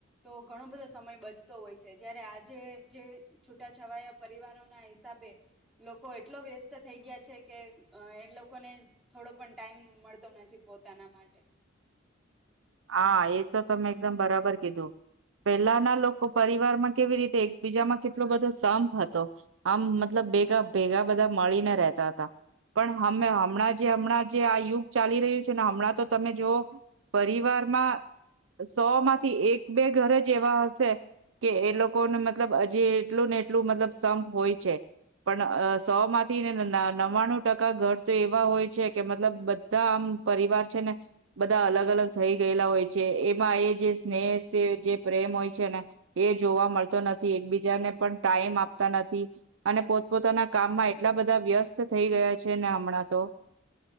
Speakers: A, in the centre; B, on the right (about 70°).
A: તો ઘણો બધો સમય બચતો હોય છે, જયારે આજે જે છૂટાછવાયા પરિવારોના હિસાબે લોકો એટલો વ્યસ્ત થઈ ગયા. છે કે એ લોકોને થોડો પણ ટાઈમ મળતો નથી પોતાના માટે.
B: હા એ તો તમે એકદમ બરાબર કીધું, પેલાના લોકો પરિવારમાં કેવી રીતે એકબીજામાં કેટલો બધો સંપ હતો આમ મતલબ ભેગા ભેગા બધા મળીને રહેતા હતા, પણમે હમણાં જે હમણાં જે આ યુગ ચાલી રહ્યું છે ને હમણાં તો તમે જોવ પરિવારમાં સો માંથી એક બે ઘર જ એવા હશે કે એ લોકોને મતલબ હજી એટલું ને એટલું મતલબ સંપ હોય છે પણ સો માંથી ને ન્વાણું ટકા ઘર તો એવા હોય છે કે મતલબ બધા આમ પરિવાર છે ને બધા અલગ અલગ થઈ ગયેલા હોય. જે એમાં એ જે સ્નેહ છે જે પ્રેમ હોય છે ને. એ જોવા મળતો નથી એકબીજાને પણ ટાઈમ આપતા નથી, અને પો પોતાના કામમાં
A: પૂરી
B: એટલા
A: થઈ
B: બધા
A: ગયા
B: વ્યસ્ત થઈ ગયા છે ને હમણાં તો.